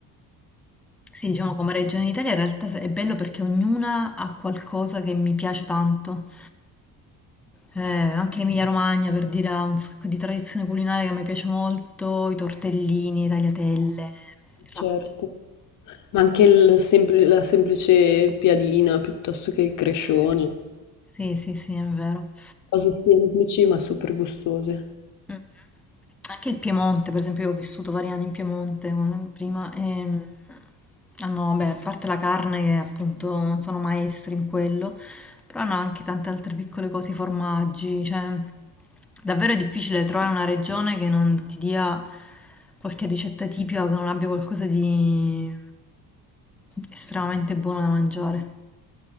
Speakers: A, in the centre; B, on the left.
A: sì, diciamo come regione d'Italia in realtà è bello perché ognuna ha qualcosa che mi piace tanto. Eh, anche Emilia-Romagna per dire ha un sacco di tradizione culinaria che mi piace molto, i tortellini, i tagliatelle, il
B: certo.
A: ragù.
B: Ma anche il sempl- la semplice piadina piuttosto che il crescione,
A: Sì. Sì, sì, sì, è vero.
B: cose semplici ma super gustose.
A: Mh. Anche il Piemonte, per esempio, io ho vissuto vari anni in Piemonte eh, prima e hanno, vabbè, a parte la carne che appunto sono maestri in quello, però hanno anche tante altre piccole cose, i formaggi, cioè davvero è difficile trovare una regione che non ti dia qualche ricetta tipica, che non abbia qualcosa di estremamente buono da mangiare.